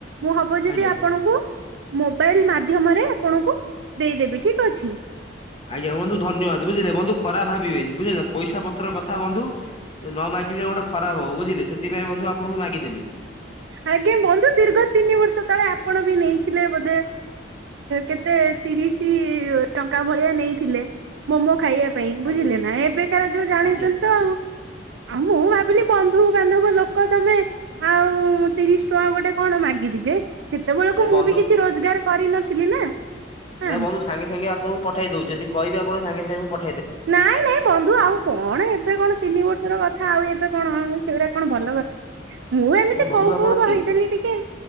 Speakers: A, on the right (about 75°); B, on the left (about 30°).
A: ମୁଁ ହବ ଯଦି
B: ଆଜ୍ଞା
A: ଆପଣଙ୍କୁ ମୋବାଇଲ ମାଧ୍ୟମରେ ଆପଣଙ୍କୁ ଦେଇଦେବି ଠିକ୍ ଅଛି।
B: ଆଜ୍ଞା ବନ୍ଧୁ ଧନ୍ୟବାଦ ବୁଝିଲେ ବନ୍ଧୁ ଖରାପ ଭାବିବେନି ବୁଝିଲେ, ପଇସା ପତ୍ର କଥା ବନ୍ଧୁ ନ ମାଗିଲେ ଗୋଟେ ଖରାପ ହବ। ବୁଝିଲେ ସେଥିପାଇଁ ବନ୍ଧୁ ଆପଣଙ୍କୁ ମାଗିଦେଲି।
A: ଆଜ୍ଞା ବନ୍ଧୁ ଦୀର୍ଘ ତିନି ବର୍ଷ ତଳେ ଆପଣ ବି ନେଇଥିଲେ ବୋଧେ କେତେ ତିରିଶ ଟଙ୍କା ଭଳିଆ ନେଇଥିଲେ ମୋମୋ ଖାଇବା ପାଇଁ
B: ଆଜ୍ଞା
A: ବୁଝିଲେ, ନା ଏବେକାର ଯୋଉ ଜାଣିଛନ୍ତି
B: ଆଜ୍ଞା
A: ତ ଆଉ ଆଉ ମୁଁ ଭାବିଲି ବନ୍ଧୁ ବାନ୍ଧବ ଲୋକ ତମେ ଆଉ ମୁଁ ତିରିଶ ଟଙ୍କା ଗୋଟେ କଣ ମାଗିବି ଯେ, ସେତେବେଳକୁ
B: ଏ
A: ମୁଁବି
B: ବନ୍ଧୁ
A: କିଛି ରୋଜଗାର କରିନଥିଲି ନା ହଁ
B: ନା ବନ୍ଧୁ ସାଙ୍ଗେ ସାଙ୍ଗେ ଆପଣଙ୍କୁ ପଠେଇ ଦଉଛି, ଯଦି କହିବେ ଆପଣ ସାଙ୍ଗେ ସାଙ୍ଗେ ମୁଁ ପ
A: ନାଇଁ ନାଇଁ ବନ୍ଧୁ ଆଉ କଣ ଏବେ କଣ ତିନି ବର୍ଷର କଥା ଆଉ ଏବେ କଣ ସେଗୁଡ଼ା କଣ ଭଲ କଥା ମୁଁ ଏମିତି
B: ନାଇଁ ବନ୍ଧୁ
A: କହୁ
B: ଆପଣ
A: କହୁ କହିଦେଲି
B: ତି
A: ଟିକେ